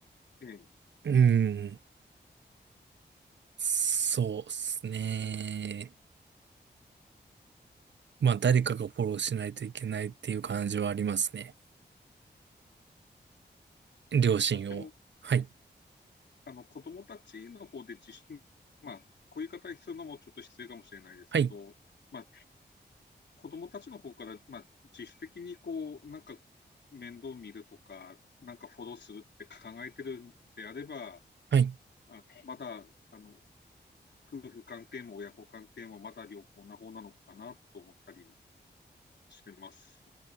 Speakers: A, on the left; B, on the right.
A: ええ
B: うん、そうっすね。まあ、誰かがフォローしないといけないっていう感じはありますね。両親を。
A: あ、でも、
B: はい、
A: あの、子供たちの方で自主、まあ、こういう言い方するのもちょっと失礼かもしれないですけど、
B: はい、
A: まあ、子供たちの方から、まあ、自主的にこう、なんか面倒見るとか、なんかフォローするって考えてるんであれば、
B: はい、
A: あのまだ、あの、夫婦関係も親子関係もまだ良好な方なのかなと思ったりしてます。